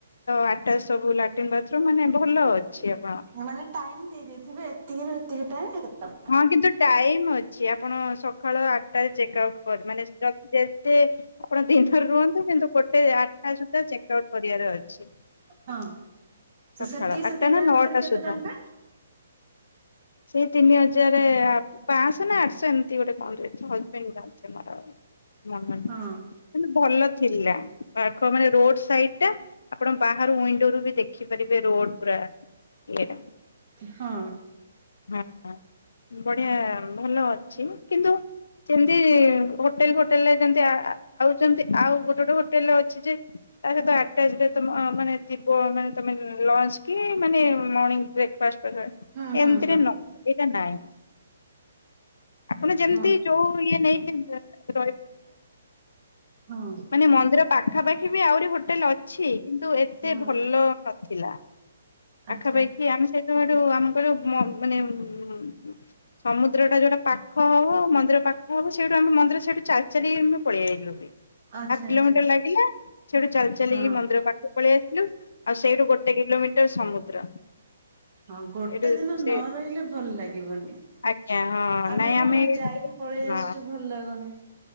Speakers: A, on the left (about 85°); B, on the right (about 35°).
A: ଆଟାଚ ସବୁ ଲାଟ୍ରନ୍ ବାଥରୁମ ମାନେ ଭଲ ଅଛି ଆ
B: ମାନେ ଟାଇମ ଦେଇେଇଥିବେ ଏତିକିରୁ ଏତିକି ଟାଇମେ ଟ
A: ହଁ କିନ୍ତୁ ଟାଇମ ଅଛି ଆପଣ ସକାଳ ଆଠଟାରେ ଚେକ୍ ଆଉଟ୍ କର ମାନେ ଯେତେ ଆପଣ ଦିନରେ ରୁହନ୍ତୁ କିନ୍ତୁ ଗୋଟେ ଆଠଟା ସୁଦ୍ଧା ଚେକ୍ ଆଉଟ୍ କରିବାର ଅଛି।
B: ହଁ ତ
A: ସଖାଳ
B: ସେତିକି ସେତିକି
A: ଆଠଟା
B: ଟାଇମ
A: ନା ନଅଟା
B: ଭିତରେ କେତେ
A: ସୁଦ୍ଧା।
B: ଟଙ୍କା
A: ସେଇ ତିନି ହଜାର ଆ ପାଅଂଶ ନା ଆଠଶ ଏମିତି ଗୋଟେ ଅ ହଜବେଣ୍ଡ ଜାଣିଛନ୍ତି ଆୋର। ମନର ନାହିଁ।
B: ହଁ
A: କିନ୍ତୁ ଭଲ ଥିଲା। ପାଖ ମାନେ ରୋଡ୍ ସାଇଡ୍ ଟା, ଆପଣ ବାହରୁ ୱିଣ୍ଡୋ ରୁ ବି ଦେଖ ଦେଖିପାରିବେ ରୋଡ୍ ପୁରା ଇଏଟା।
B: ହଁ।
A: ହଁ ହଁ। ବଢ଼ିଆ ଭଲ ଅଛି କିନ୍ତୁ ସେମତି ହୋଟେଲ୍ ଫୋଟେଲ୍ ରେ ଯେମତି ଆ ଆଉ ଯେମିତି ଆଉ ଗୋଟେ ଗୋଟେ ହୋଟେଲ୍ ରେ ଅଛି ଯେ ତା ସହିତ ଆଟାଚ ରେ ମାନେ ଥିବ ମାନେ ତମେ ଲଞ୍ଚ କି ମାନେ ମର୍ଣ୍ଣିଂ ବ୍ରେକ୍ଫାଷ୍ଟ ଏମିତିରେ
B: ହଁ ହଁ ହଁ
A: ନ ଏଟା ନାହିଁ। ଆପଣ ଯେମିତି
B: ହଁ
A: ଯୋଉ ଇଏ ନେଇକି ରହିପାରିବେ।
B: ହଁ।
A: ମାନେ ମନ୍ଦିର ପାଖାପାଖି ବି ଆହୁରି ହୋଟେଲ୍ ଅଛି, କିନ୍ତୁ ଏତେ
B: ହଁ
A: ଭଲ ଥିଲା
B: ଆଚ୍ଛା
A: ପାଖାପାଖି ଆମେ ସେଇତ ହେଠୁ ଆମେ କହିଲୁ ମାନେ ମ ସମୁଦ୍ରଟା ଯେଉଟା ପାଖ ହେବ ମନ୍ଦିର ପାଖ ହେବ, ସେଇଠୁ ଆମେ ମନ୍ଦିର ସେଇଠୁ ଚାଲି ଚାଲି ଆମେ ପଳେଇ ଆଇଲୁ ବି।
B: ଆଚ୍ଛା
A: ହାପ୍ କିଲୋମିଟର
B: ଆଚ୍ଛା।
A: ଲାଗିଲା, ସେଠୁ ଚାଲି ଚାଲି
B: ହଁ
A: ମନ୍ଦିର ପାଖ ପଳେଇ ଆସିଲୁ। ଆଉ ସେଇଠୁ ଗୋଟେ କିଲୋମିଟର ସମୁଦ୍ର।
B: ହଁ ଗୋଟେ
A: ଏଇଠୁ
B: ଦିନ
A: ସେ
B: ନ ରହିଲେ ଭଲ ଲାଗିବନି।
A: ଆଜ୍ଞା ହଁ
B: ଆମେ
A: ନାଇଁ
B: କଣ
A: ଏଇଠୁ
B: ଯାଇକି
A: ହଁ
B: ପଳେଇ ଆସୁଛୁ ଭଲ ଲାଗୁନି।